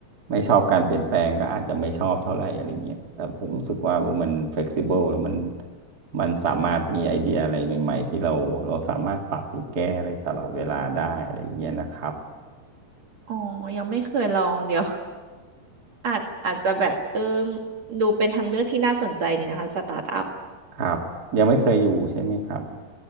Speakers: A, on the right (about 30°); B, on the right (about 50°).
A: ไม่ชอบการเปลี่ยนแปลงก็อาจจะไม่ชอบเท่าไหร่อะไรเงี้ยแต่ผมรู้สึกว่าเออมันเฟ e ซิเบิลแล้วมันมันสามารถมีไอเดียอะไรใหม่ๆที่เราเราสามารถปรับหรือแก้อะไรตลอดเวลาได้อะไรเงี้ยนะครับ
B: อ๋อยังไม่เคยลองเดี๋ยว <laughs> อาจอาจจะแบบเออดูเป็นทางเลือกที่น่าสนใจดีนะคะสตาร์ทอัพ
A: ครับยังไม่เคยอยู่ใช่ไหมครับ